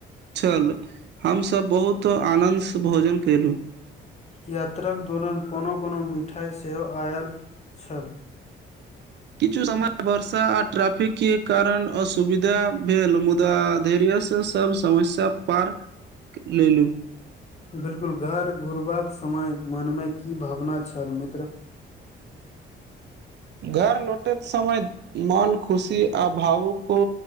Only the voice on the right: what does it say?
छल हमसभ बहुत आनन्दसँ भोजन केलहुँ
किछु समय वर्षा आ ट्रैफिक के कारण असुविधा भेल मुदा धैर सब समस्या पार लेलू
घर लौटैत समय मन खुशी आ भावुको